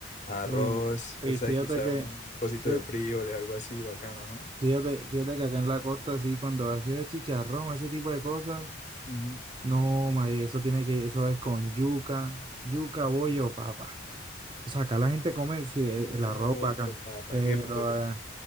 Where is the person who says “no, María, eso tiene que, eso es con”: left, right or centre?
Right